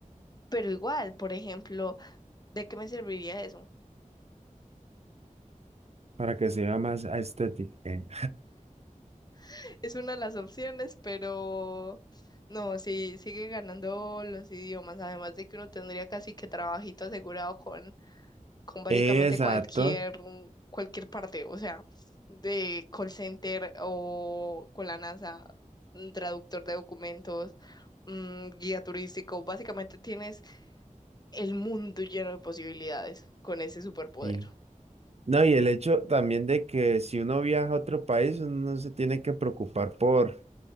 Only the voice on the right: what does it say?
para que sea más estético. Eh,
Exacto,
sí. No, y el hecho también de que si uno viaja a otro país, uno no se tiene que preocupar por